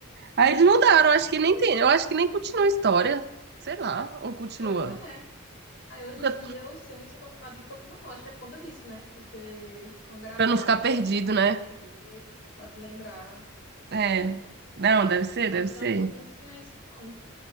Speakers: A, on the right; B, on the left.
A: Aí eles mudaram, acho que nem tem. Eu acho que nem continua a história. Sei lá, ou continua.
B: Pois é. Aí hoje
A: Pra
B: em dia os filmes estão preocupados em continuar, eu acho que é por conta disso, né? Porque estão gravados,
A: pra não ficar
B: agora
A: perdido,
B: a pessoa pode
A: né?
B: rever, pode lembrar.
A: É.
B: É,
A: Não, deve ser,
B: antigamente
A: deve ser.
B: não tinha isso não,